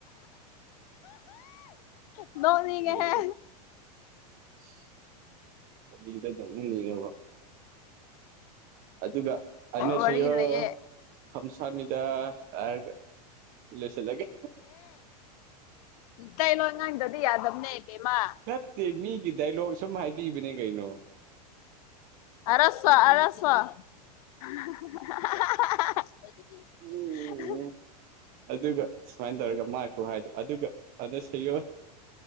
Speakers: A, on the left; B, on the right.
A: ꯅꯣꯛꯅꯤꯡꯉꯦꯍꯦ
B: ꯌꯦꯡꯉꯣ ꯑꯗꯨꯝ ꯁꯤ ꯑꯅꯤꯗꯪ ꯊꯧꯅꯤꯡꯉꯤꯑꯕ ꯑꯗꯨꯒ ꯑꯅꯁꯦꯌꯣ
A: ꯋꯥꯔꯤ ꯂꯩꯌꯦ
B: ꯈꯝꯁꯥꯃꯤꯗ ꯑꯥꯏꯔꯒ ꯁꯤꯂ ꯆꯠꯂꯒꯦ
A: ꯇꯩꯔꯣꯟ ꯑꯉꯥꯡꯗꯗꯤ ꯌꯥꯗꯕꯅꯦ ꯕꯦꯝꯃꯥ
B: ꯅꯠꯇꯦ ꯃꯤꯒꯤ ꯗꯥꯏꯂꯣꯛ ꯁꯨꯝ ꯍꯥꯏꯕꯤꯕꯅꯦ ꯀꯩꯅꯣ
A: ꯑꯔ ꯁꯣ ꯑꯔ ꯁꯣ <unintelligible>
B: ꯎꯝ ꯑꯗꯨꯒ ꯁꯨꯃꯥꯏ ꯇꯧꯔꯒ ꯃꯥꯥꯏ‌ ꯈꯨꯍꯥꯏꯗꯣ ꯑꯗꯨꯒ ꯑꯗ ꯁꯤꯌꯣ